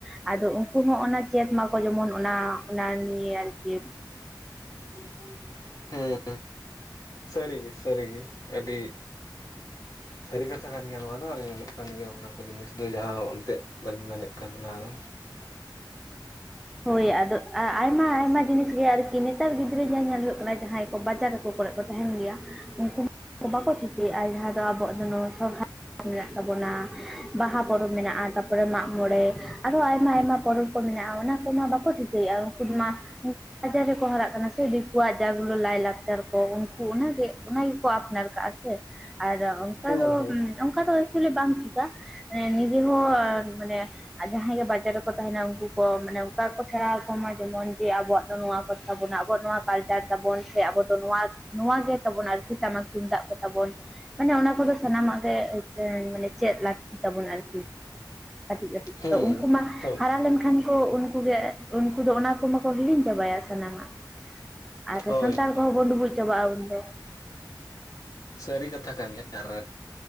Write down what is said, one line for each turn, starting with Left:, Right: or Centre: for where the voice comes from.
Centre: ᱟᱫᱚ ᱩᱱᱠᱩ ᱦᱚᱸ ᱚᱱᱟ ᱪᱮᱫ ᱢᱟᱠᱚ ᱡᱮᱢᱚᱱ ᱚᱱᱟ ᱚᱱᱟ ᱱᱤᱭᱟᱹ ᱟᱨᱠᱤ
Left: <unintelligible> ᱦᱮᱸ ᱥᱟᱹᱨᱤ ᱜᱮ ᱥᱟᱹᱨᱤ ᱜᱮ ᱟᱹᱰᱤ ᱥᱟᱹᱨᱤ ᱠᱟᱛᱷᱟ ᱠᱟᱱ ᱜᱮᱭᱟ ᱱᱚᱣᱟ ᱫᱚ ᱟᱨ ᱧᱮᱞᱚᱜ ᱠᱟᱱ ᱜᱮᱭᱟ ᱚᱱᱟ ᱠᱚ ᱡᱤᱱᱤᱥ ᱫᱚ ᱡᱟᱦᱟᱸ ᱮᱱᱛᱮᱫ ᱵᱮᱱ ᱢᱮᱱᱮᱫ ᱠᱟᱱ ᱚᱱᱟ ᱫᱚ
Centre: ᱦᱳᱭ ᱟᱫᱚ ᱟᱭᱢᱟ ᱟᱭᱢᱟ ᱡᱤᱱᱤᱥ ᱜᱮ ᱟᱨᱠᱤ ᱱᱮᱛᱟᱨ ᱜᱤᱫᱽᱨᱟᱹ ᱡᱟ ᱧᱮᱞ ᱦᱩᱭᱩᱜ ᱠᱟᱱᱟ ᱡᱟᱦᱟᱸᱭ ᱠᱚ ᱵᱟᱡᱟᱨ ᱨᱮᱠᱚ ᱠᱚᱨᱮ ᱠᱚ ᱛᱟᱦᱮᱱ ᱜᱮᱭᱟ ᱩᱱᱠᱩ ᱵᱟᱠᱚ ᱴᱷᱤᱠᱟᱹᱭᱮᱫᱼᱟ ᱡᱟᱦᱟᱸ ᱫᱚ ᱟᱵᱚᱣᱟᱜ ᱫᱚ ᱱᱚᱣᱟ ᱥᱚᱨᱦᱟᱭ ᱢᱮᱱᱟᱜ ᱛᱟᱵᱚᱱᱟ ᱵᱟᱦᱟ ᱯᱚᱨᱚᱵᱽ ᱢᱮᱱᱟᱜᱼᱟ ᱛᱟᱨᱯᱚᱨ ᱛᱟᱯᱚᱨᱮ ᱢᱟᱜᱽ ᱢᱚᱬᱮ ᱟᱨᱦᱚᱸ ᱟᱭᱢᱟ ᱟᱭᱢᱟ ᱯᱚᱨᱚᱵᱽ ᱠᱚ ᱢᱮᱱᱟᱜᱼᱟ ᱚᱱᱟ ᱠᱚ ᱢᱟ ᱵᱟᱠᱚ ᱴᱷᱤᱠᱟᱹᱭᱮᱫᱼᱟ ᱩᱱᱠᱩ ᱫᱚ ᱢᱟ ᱵᱟᱡᱟᱨ ᱨᱮᱠᱚ ᱦᱟᱨᱟᱜ ᱠᱟᱱᱟ ᱥᱮ ᱫᱤᱠᱩᱣᱟᱜ ᱡᱟ ᱜᱩᱞᱳ ᱞᱟᱭᱼᱞᱟᱠᱪᱟᱨ ᱠᱚ ᱩᱱᱠᱩ ᱚᱱᱟᱜᱮ ᱚᱱᱟ ᱜᱮᱠᱚ ᱟᱯᱱᱟᱨ ᱠᱟᱜᱼᱟ ᱥᱮ ᱟᱨ ᱚᱱᱠᱟ
Left: ᱦᱩᱸ ᱦᱩᱸ
Centre: ᱫᱚ ᱚᱱᱠᱟ ᱫᱚ ᱠᱷᱚᱞᱤ ᱵᱟᱝ ᱴᱷᱤᱠᱟ ᱢᱮ ᱱᱤᱡᱮ ᱦᱚᱸ ᱢᱟᱱᱮ ᱡᱟᱦᱟᱸᱭ ᱜᱮ ᱵᱟᱡᱟᱨ ᱨᱮᱠᱚ ᱛᱟᱦᱮᱱᱟ ᱩᱱᱠᱩ ᱠᱚ ᱢᱟᱱᱮ ᱥᱚᱨᱠᱟᱨ ᱠᱚ ᱥᱮᱬᱟᱣ ᱟᱠᱚ ᱢᱟ ᱡᱮᱢᱚᱱ ᱡᱮ ᱟᱵᱚᱣᱟᱜ ᱫᱚ ᱱᱚᱣᱟ ᱠᱟᱱ ᱛᱟᱵᱚᱱᱟ ᱟᱵᱚᱣᱟᱜ ᱱᱚᱣᱟ ᱠᱟᱞᱪᱟᱨ ᱛᱟᱵᱚᱱ ᱥᱮ ᱟᱵᱚ ᱫᱚ ᱱᱚᱣᱟ ᱱᱚᱣᱟ ᱜᱮ ᱛᱟᱵᱚᱱ ᱟᱨᱠᱤ ᱴᱟᱢᱟᱠ ᱛᱩᱢ ᱫᱟᱜ ᱠᱚ ᱛᱟᱵᱚᱱ ᱢᱟᱱᱮ ᱚᱱᱟ ᱠᱚᱫᱚ ᱥᱟᱱᱟᱢᱟᱜ ᱜᱮ ᱢᱟᱱᱮ ᱪᱮᱫ ᱞᱟᱹᱠᱛᱤ ᱛᱟᱵᱚᱱ ᱟᱨᱠᱤ ᱠᱟᱹᱴᱤᱡ ᱠᱟᱹᱴᱤᱡ
Left: ᱦᱩᱸ
Centre: ᱛᱚ ᱩᱱᱠᱩ ᱢᱟ
Left: ᱦᱳᱭ
Centre: ᱦᱟᱨᱟ ᱞᱮᱱᱠᱷᱟᱱ ᱠᱚ ᱩᱱᱠᱩ ᱩᱱᱠᱩ ᱜᱮ ᱩᱱᱠᱩ ᱫᱚ ᱚᱱᱟ ᱠᱚ ᱢᱟᱠᱚ ᱦᱤᱲᱤᱧ ᱪᱟᱵᱟᱭᱟ ᱥᱟᱱᱟᱢᱟᱜ ᱟᱨ
Left: ᱦᱳᱭ
Centre: ᱥᱟᱱᱛᱟᱲ
Left: ᱦᱳᱭ
Centre: ᱠᱚᱦᱚᱸ
Left: ᱦᱳᱭ
Centre: ᱵᱚᱱ ᱰᱩᱵᱩᱡ ᱪᱟᱵᱟᱜᱼᱟ ᱩᱱᱫᱚ
Left: ᱥᱟᱹᱨᱤ ᱠᱟᱛᱷᱟ ᱠᱟᱱ ᱜᱮᱭᱟ ᱟᱨ